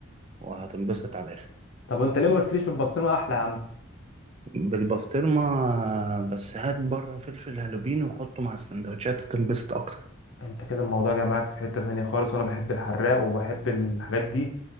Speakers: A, on the right; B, on the left.
A: وهتنبسط على الآخر
B: طب انت ليه ما قلتليش بالبسطرمه احلى يا عم
A: بالبسطرمة آه، بس هات بره فلفل هالوبين وحطه مع السندوتشات هتنبسط أكتر
B: انت كده الموضوع جاي معاك في حتة تانية خالص وانا بحب الحراق وبحب الحاجات دي